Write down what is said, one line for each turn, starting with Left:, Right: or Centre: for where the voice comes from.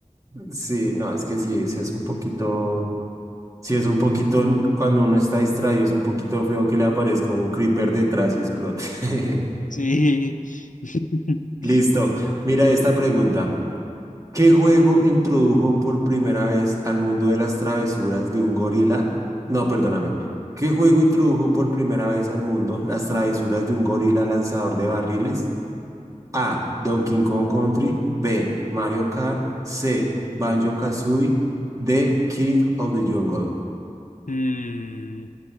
Right: Sí, no, es que sí, sí es un poquito, sí es un poquito, n- cuando uno está distraído, es un poquito feo que le aparezca un creeper detrás y explote. <laughs>
Left: Sí. <laughs>
Right: Listo, mira esta pregunta. ¿Qué juego introdujo por primera vez al mundo de las travesuras de un gorila? No, perdóname. ¿Qué juego introdujo por primera vez al mundo las travesuras de un gorila lanzador de barriles? A. Donkey Kong Country. B. Mario Kart. C. Banjo-Kazooie. D. King of the Jungle.
Left: Mm,